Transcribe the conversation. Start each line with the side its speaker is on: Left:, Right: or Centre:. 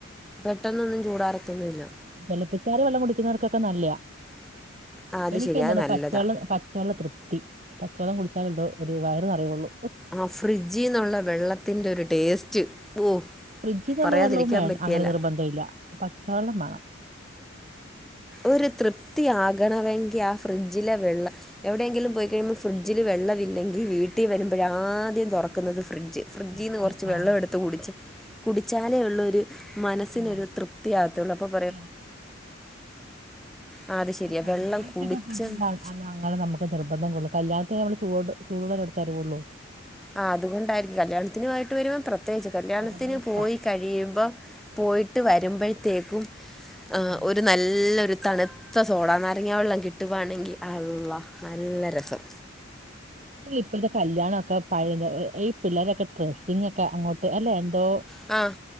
Centre: പെട്ടെന്നൊന്നും ചൂടറതോന്നും ഇല്ല
Right: തള്ളപ്പിച്ചറിയ വെള്ളം കുടിക്കുന്നവർക്കൊക്കെ നല്ലത.
Centre: ആ അത്
Right: എനിക്ക്
Centre: ശരിയാ
Right: എന്താണ്
Centre: അത് നല്ലതാ
Right: പച്ചവെള്ളം പച്ചവെള്ളം തൃപ്തി പച്ചവെള്ളം കുടിച്ചാലുണ്ടോ ഒരു വയറന്ന് അറിയുള്ളൂ.
Centre: ആ ഫ്രിഡ്ജിൽ നിന്നുള്ള വെള്ളത്തിന്റെ ഒരു ടേസ്റ്റ് ഓ
Right: ഫ്രിഡ്ജ നിന്നുള്ള
Centre: പറയാതിരിക്കാൻ
Right: വെള്ളവും വേണം
Centre: പറ്റിയേല
Right: അങ്ങനെ നിർബന്ധമല്ല പച്ചവെള്ളം വേണം.
Centre: ഒരു തൃപ്തിയാകണമെങ്കിൽ ആ ഫ്രിഡ്ജിലെ വെള്ളം എവിടെയെങ്കിലും പോയിക്കഴിയുമ്പോൾ ഫ്രിഡ്ജിൽ വെള്ളമില്ലെങ്കിൽ വീട്ടിൽ വരുമ്പോഴ ആദ്യം തുറക്കുന്നത് ഫ്രിഡ്ജ്. ഫ്രിഡ്ജീന്ന്
Right: ഫ്രിഡ്ജ്
Centre: കുറച്ച് വെള്ളം
Right: ആഹ്
Centre: എടുത്ത് കുടിച്ച്. കുടിച്ചാലേ ഉള്ളരു മനസ്സിനൊരു
Right: ഉം
Centre: തൃപ്തിയാകത്തയുള്ളൂ. അപ്പോം
Right: <unintelligible>
Centre: ആ അത് ശരിയാ
Right: കല്യാണത്തിനൊക്കെ
Centre: വെള്ളം കുടിച്ച
Right: പോയിട്ട് നമ്മള അ അങ്ങനെ നമുക്ക് നിർബന്ധം കൊള്ളൂ. കല്ല്യാണത്തി നമ്മ ചൂടു ചൂടൊള്ള എടുത്ത് തരുവുള്ളു.
Centre: ആ അതുകൊണ്ടായിരിക്കും. കല്യാണത്തിനു പോയിട്ട് വരു പ്രത്യേകിച്ച്, കല്യാണത്തിന്
Right: പരവേശാ
Centre: പോയി കഴിയുമ്പോ പോയിട്ട് വരുമ്പോഴത്തേക്കും, ആ
Right: ഉം
Centre: ഒരു നല്ലൊരു തണു ത്ത സോഡാ നാരങ്ങ വെള്ളം കിട്ടുവാണെങ്കിൽ, അള്ള നല്ല രസം.
Right: ഇ ഇപ്പോഴത്തെ കല്യാണമൊക്കെ, പഴ ഈ പിള്ളേരൊക്കെ ഡ്രസ്സിങ്ങ ഒക്കെ അങ്ങോട്ട് അല്ലെ എന്തോ,
Centre: ആ.